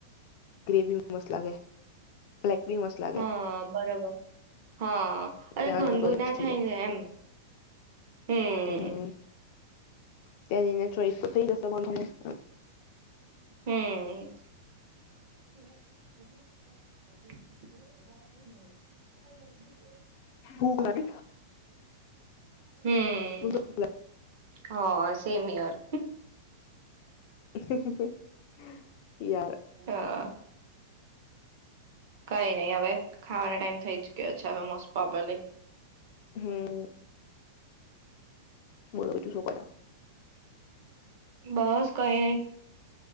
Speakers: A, on the left; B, on the right.
A: ગ્રેવીમાં મસ્ત લાગે. બ્લેક બી મસ્ત લાગે
B: હ, બરોબર. હ અરે
A: ત્યાં
B: ઘણી
A: જઈને
B: દુના
A: ચોઈસ
B: થાય
A: થઈ જાય
B: ને એમ. હમ્મ્મ.
A: હમ ત્યાં જઇને ચોઈસ તો થઈ જશે વાંધો નઈ.
B: હમ્મ્મ. <inaudible>
A: ભૂખ લાગી <unintelligible>
B: હમ હ, સેમ હિયર.
A: <inaudible> યાર
B: હા કઈ નહી હવે ખાવાનો ટાઈમ થઈ જ ગયો છે હવે મોસ્ટ પ્રોબેબલી.
A: હમમ બોલો બીજું શું કરો?
B: બસ કઈ નય